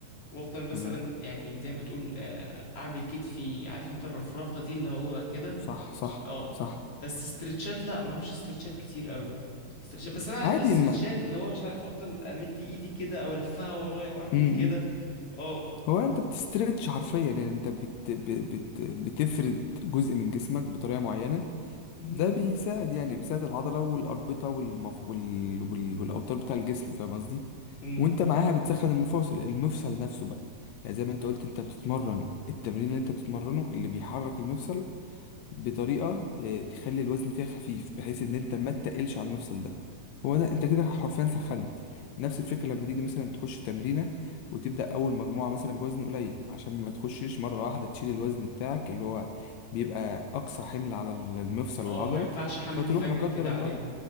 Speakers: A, on the left; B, on the left.
A: وافضل مثلا
B: تمام
A: يعني زي ما تقول آه، اعمل كتفي عارف انت الرفرفه دي اللي هو كده
B: صح صح
A: عشان اه
B: صح
A: بس استرتشات لا ما اعملش استرتشات كتير قوي استرتشات بس انا عارف
B: عادي
A: الاسترتشات
B: ما
A: اللي هو مش عارف افضل امد ايدي كده او الفها ورايا واعمل
B: امم
A: كده اه
B: هو انت بتسترتش حرفيا يعني انت بت... بت... بت... بتفرد جزء من جسمك بطريقه معينه
A: مهم.
B: ده بيساعد يعني بيساعد العضلة والأربطة والمف... وال... وال... والأوتار بتاع الجسم فاهم قصدي؟
A: مم.
B: وأنت معاها بتسخن المفاصل المفصل نفسه بقى يعني زي ما أنت قلت أنت بتتمرن التمرين اللي أنت بتتمرنه اللي بيحرك المفصل بطريقه آه، تخلي الوزن فيها خفيف بحيث ان انت ما تتقلش على المفصل ده هو ده انت كده حرفيا سخنت نفس الفكره لما تيجي مثلا تخش تمرينه وتبدا اول مجموعه مثلا بوزن قليل عشان ما تخشش مره واحده تشيل الوزن بتاعك اللي هو بيبقى اقصى حمل على المفصل
A: اه
B: والعضله
A: ما ينفعش احمل
B: فتروح
A: فجأة
B: لا قدر
A: كده عليه
B: الله